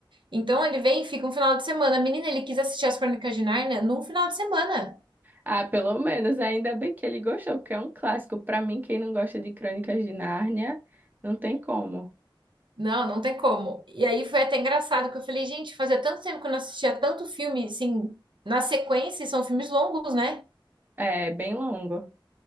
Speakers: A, on the right (about 70°); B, on the right (about 20°).
A: Então, ele vem e fica um final de semana. Menina, ele quis assistir as Crônicas de Nárnia num final de semana.
B: Ah, pelo menos ainda bem que ele gostou, porque é um clássico. Pra mim, quem não gosta de Crônicas de Nárnia, não tem como.
A: Não, não tem como. E aí foi até engraçado que eu falei, gente, fazia tanto tempo que eu não assistia tanto filme, assim, na sequência, e são filmes longos, né?
B: É bem longo.